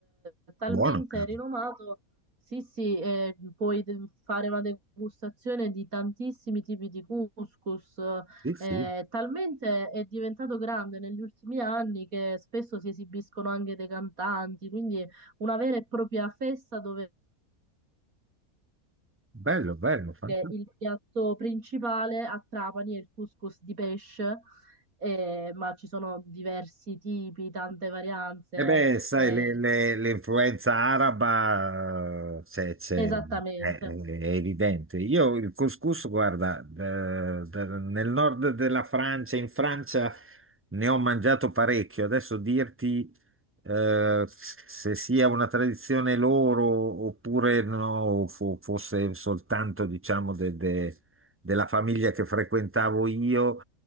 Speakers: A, on the right; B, on the right.
A: eh, talmente
B: buono, cavolo.
A: rinomato, sì, sì, eh, puoi de- fare una degustazione di tantissimi tipi di couscous,
B: Sì,
A: eh,
B: sì,
A: talmente è diventato grande negli ultimi anni che spesso si esibiscono anche dei cantanti, quindi una vera e propria festa dove
B: bello, bello, fantastico.
A: che il piatto principale a Trapani è il couscous di pesce, eh, ma ci sono diversi tipi, tante varianze.
B: E beh, sai,
A: eh,
B: le- le- l'influenza araba eh, c'è, c'è-
A: esattamente.
B: è, è evidente. Io il couscous, guarda, eh, da- nel nord della Francia, in Francia ne ho mangiato parecchio. Adesso dirti eh, se sia una tradizione loro oppure no, fo- fosse soltanto, diciamo, de- de- della famiglia che frequentavo io.